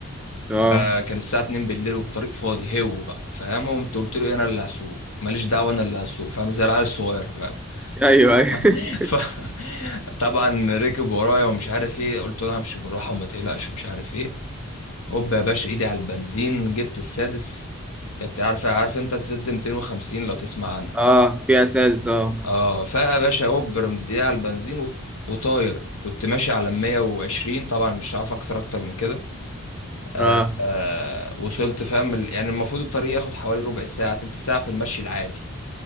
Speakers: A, in the centre; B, on the left.
A: اه
B: فكان الساعة 2 بالليل والطريق فاضي هو بقى فاهم قمت قلت له إيه، انا اللي هسوق ماليش دعوة انا اللي هسوق فاهم زي العيال الصغير فاهم
A: ايوه ايوه
B: <laughs>
A: <laughs>
B: ف طبعا ركب ورايا ومش عارف ايه قلت له همشي بالراحة وما تقلقش ومش عارف ايه هوب يا باشا ايدي على البنزين جبت السادس كنت عارف عارف انت الزد 250 لو تسمع عنها
A: اه فيها سادس اه
B: اه فيا باشا هوب رميت ايدي على البنزين و... وطاير كنت ماشي على 120 طبعا مش عارف اكسر اكتر من كده آه
A: اه
B: آه وصلت فاهم ال- يعني المفروض الطريق ياخد حوالي ربع ساعة تلت ساعة في المشي العادي